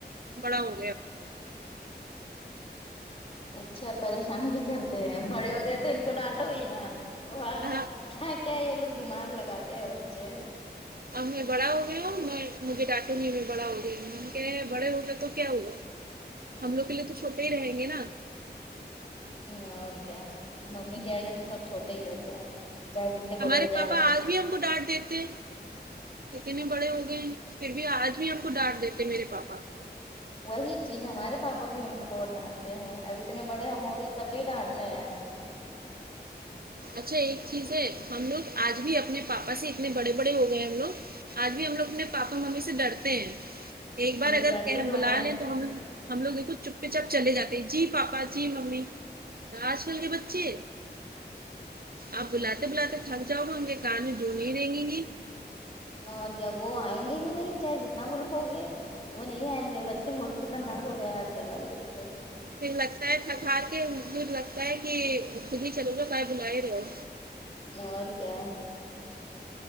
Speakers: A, on the right (about 60°); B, on the left (about 35°).
A: بڑا ہو گیا
B: اچھا پریشان بھی کرتے ہیں بڑے ہو گئے تو ان کو ڈانٹو ہی نا وہ
A: ہاں
B: کیا کیا یہ لوگ دماغ لگاتے ہیں بچے
A: اب میں بڑا ہو گیا ہوں میں مجھے ڈانٹو نہیں م بڑا ہوگیا بڑے ہوگیا تو کیا ہوا ہم لوگ کے لیے تو چھوٹے ہی رہیں گے نا
B: اور کیا ممی کہ آگے تو سب چھوٹے ہی رہتے ہیں چاہے جتنے
A: ہمارے
B: بڑے ہو
A: پاپا
B: جائیں بچے
A: آج بھی ہم کو ڈانٹ دیتے اتنے بڑے ہو گئے ہیں پھر بھی آج بھی ہم کو ڈانٹ دیتے میرے پاپا
B: وہی چیز ہمارے پاپا بھی ہم کو بہت ڈانٹتے ہیں اب اتنے بڑے ہم ہو گے تب بھی ڈانٹتے ہیں
A: اچھا ایک چیز ہے ہم لوگ آج بھی اپنے پاپا سے اتنے بڑے بڑے ہو گئے ہم لوگ آج بھی ہم لوگ اپنے پاپا ممی سے ڈرتے ہیں ایک بار
B: ہ
A: اگر
B: ڈرتے
A: کہے
B: تو
A: بلا
B: ہیں
A: لیں تو ہم ہم لوگ دیکھو چپے چاپ چلے جاتے ہیں جی پاپا جی ممی آج کل کے بچ چے آپ بلاتے بلاتے تھک جاؤ گے ان کے کان جو نہیں ریگیں گی
B: اور کیا وہ آئیں گے ہی نہیں چاہے جتنا بلاؤ گے وہ نہیں آئیں گے بچے بڑے خطرناک ہو گئے آج کل والے بچے
A: پھر لگتا ہے تھک ہار کے پھر لگتا ہے کہ خود ہی چلو جاؤ کاہے بولا رہے ہو
B: اور کیا